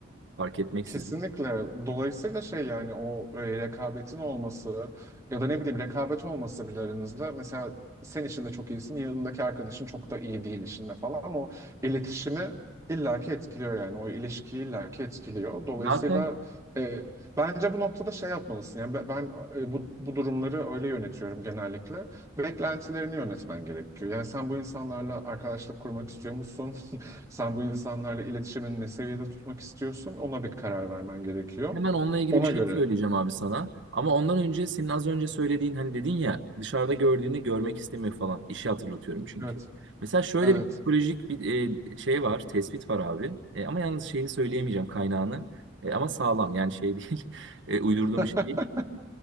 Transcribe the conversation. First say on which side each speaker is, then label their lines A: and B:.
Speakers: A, on the right; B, on the right.
A: fark etmeksizin.
B: Kesinlikle. Dolayısıyla şey yani o e, rekabetin olması ya da ne bileyim rekabet olması bile aranızda mesela sen işinde çok iyisin yanındaki arkadaşın çok da iyi değil işinde falan o iletişimi illaki etkiliyor yani o ilişkiyi illaki etkiliyor. Dolayısıyla
A: Zaten
B: e, bence bu noktada şey yapmalısın yani be- ben, e, bu, bu durumları öyle yönetiyorum genellikle. Beklentilerini yönetmen gerekiyor. Yani sen bu insanlarla arkadaşlık kurmak istiyor musun? <laughs> Sen bu insanlarla iletişimini ne seviyede tutmak istiyorsun? Ona bir karar vermen gerekiyor.
A: hemen onunla ilgili
B: Ona
A: bir şey
B: göre.
A: söyleyeceğim abi sana. Ama ondan önce senin az önce söylediğin hani dedin ya dışarıda gördüğünde görmek istemiyor falan. İşi hatırlatıyorum çünkü.
B: Evet.
A: Mesela şöyle
B: Evet.
A: bir psikolojik bir e, şey var, tespit var abi. E, ama yalnız şeyini söyleyemeyeceğim kaynağını. E, ama sağlam yani şey değil. <laughs> E, uydurduğum
B: <laughs>
A: bir şey değil.